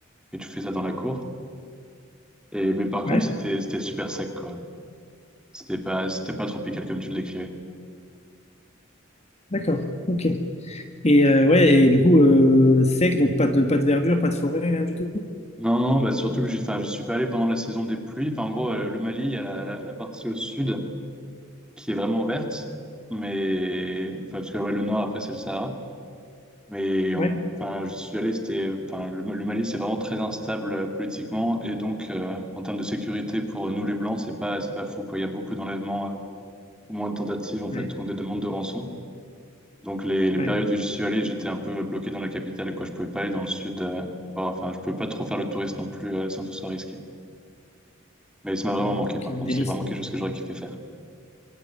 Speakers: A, in the centre; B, on the left (about 30°).
A: et tu fais ça dans la cour. Et, mais par contre,
B: ouais,
A: c'était, c'était super sec, quoi. C'était pas, c'était pas tropical comme tu le décrivais.
B: d'accord, ok. Et euh, ouais, et du coup, euh, sec, donc pas de, pas de verdure, pas de forêt, rien du tout.
A: Non, bah surtout que je, enfin, je suis pas allé pendant la saison des pluies. Enfin, en gros, euh, le Mali, il y a la, la- la partie au sud qui est vraiment verte, mais enfin, parce que ouais, le nord après c'est le Sahara. Mais en-
B: Ouais,
A: enfin, je suis allé, c'était enfin le, le Mali, c'est vraiment très instable euh, politiquement et donc euh, en termes de sécurité pour nous les Blancs, c'est pas c'est pas fou quoi. Il y a beaucoup d'enlèvements, euh, ou moins de tentatives en
B: ouais,
A: fait, ou des demandes de rançon. Donc les, les
B: ouais,
A: périodes où je suis allé, j'étais un peu bloqué dans la capitale quoi. Je pouvais pas aller dans le sud. euh, voir- enfin, je pouvais pas trop faire le touriste non plus euh, sans que ce soit risqué. Mais ça m'a vraiment
B: ouais.
A: manqué,
B: Donc
A: par
B: il y
A: contre.
B: avait des
A: c'est
B: risques.
A: vraiment quelque chose que j'aurais kiffé faire.